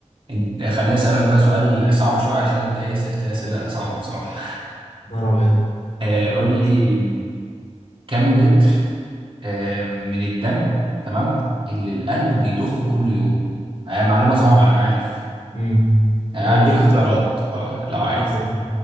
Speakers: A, on the right; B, on the left.
A: انت- خليني أسألك بقى سؤال صعب شوية عشان أنت إيه سألتني أسئلة صعبة بصراحة
B: نهار أبيض
A: <laughs> آه،
B: ربنا
A: قول لي كم لتر آه، من الدم تمام اللي القلب بيضخه كل يوم هي معلومة صعبة أنا عارف
B: امم
A: آه،
B: طب اديني
A: هديك طيب
B: اختيار
A: اختيارات
B: طيب
A: آه، لو عايز
B: اديني اختيار